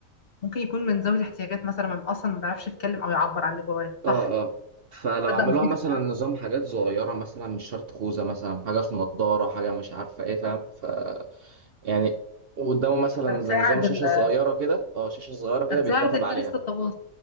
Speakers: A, on the left; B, on the right.
A: ممكن يكون من ذوي الاحتياجات مثلا ما اصلا ما بيعرفش يتكلم او يعبر عن اللي جواه
B: اه
A: صح
B: اه فلو
A: تصدق
B: عملوها
A: مفيده
B: مثلا نظام حاجات صغيرة مثلا مش شرط خوذة مثلا حاجة في نضارة حاجة مش عارفة ايه فاهم ف يعني قدامه مثلا
A: هتساعد
B: زي نظام شاشة
A: ال...
B: صغيرة كده اه شاشة صغيرة كده
A: هتساعد
B: بيتكتب
A: الناس
B: عليها
A: تتواصل
B: فاهم